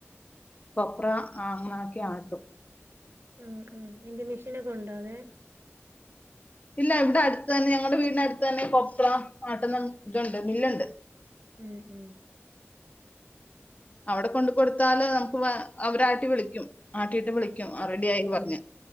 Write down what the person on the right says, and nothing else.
ഉ ഉ എന്റെ മെഷീനൊക്കെ ഉണ്ടോ അതെ
ഉം ഉം
ഉ